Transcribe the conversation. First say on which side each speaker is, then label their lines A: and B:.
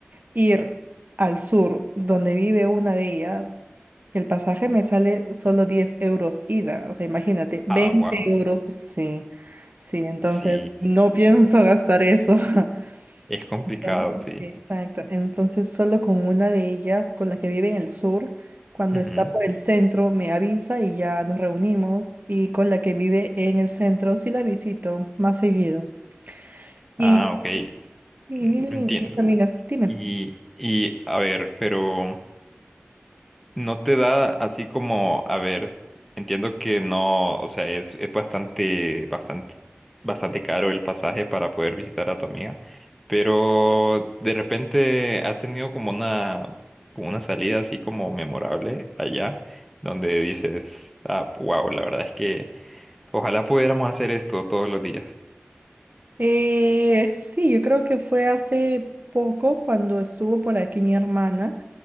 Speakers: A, on the right; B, in the centre.
A: ir al sur, donde vive una de ellas, el pasaje me sale solo 10 euros ida. O sea, imagínate, veinte
B: Ah, wow.
A: euros, sí, sí, entonces
B: Sí,
A: no
B: sí.
A: pienso gastar eso. <laughs>
B: Es complicado,
A: Entonces,
B: sí.
A: exacto. Entonces, solo con una de ellas, con la que vive en el sur, cuando
B: Ujú.
A: está por el centro, me avisa y ya nos reunimos. Y con la que vive en el centro, sí la visito más seguido. Y,
B: Ah, ok. en-
A: y bien
B: Entiendo.
A: linda, mis amigas. Dime.
B: Y, y, a ver, pero... No te da así como, a ver, entiendo que no, o sea, es, es bastante, bastante, bastante caro el pasaje para poder visitar a tu amiga, pero de repente has tenido como una, como una salida así como memorable allá, donde dices, ah, wow, la verdad es que ojalá pudiéramos hacer esto todos los días.
A: Eh, sí, yo creo que fue hace poco cuando estuvo por aquí mi hermana.